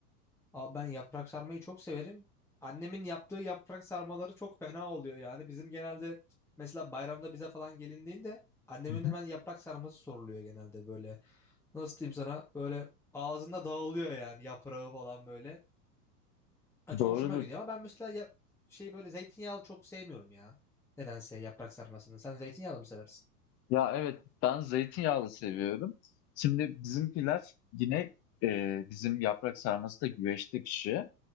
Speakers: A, in the centre; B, on the left.
A: Abi ben yaprak sarmayı çok severim. Annemin yaptığı yaprak sarmaları çok fena oluyor yani. Bizim genelde mesela bayramda bize falan gelindiğinde annemin
B: Hı
A: hemen
B: hı.
A: yaprak sarması soruluyor genelde böyle. Nasıl diyeyim sana böyle ağzında dağılıyor yani yaprağı falan böyle. Ha, çok
B: Doğrudur.
A: hoşuma gidiyor ama ben mesela ya, şey böyle zeytinyağlı çok sevmiyorum ya. Nedense yaprak sarmasını. Sen zeytinyağlı mı seversin?
B: Ya evet ben zeytinyağlı seviyorum. Şimdi bizimkiler yine e, bizim yaprak sarması da güveçte pişiyor.